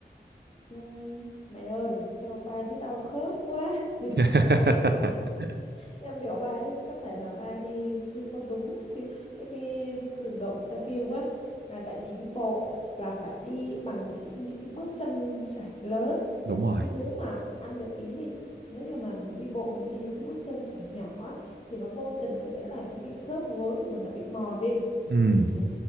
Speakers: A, on the left (about 35°); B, on the right (about 70°).
A: "Ừm, mày ơi, sao ba thấy đau khớp quá. <laughs>
B: <laughs>
A: Em biểu ba chứ có thể là ba đi chưa có đúng cái cái cái, cái cường độ người ta kêu quá. Là tại vì đi bộ là phải đi bằng cái những cái bước chân sải lớn
B: đúng rồi
A: chứ nếu mà anh để ý đi nếu như mà mình đi bộ mình đi những cái bước chân sải nhỏ á, thì nó vô tình nó sẽ làm cho cái khớp gối của mình nó bị mòn đi
B: ừ
A: ừ.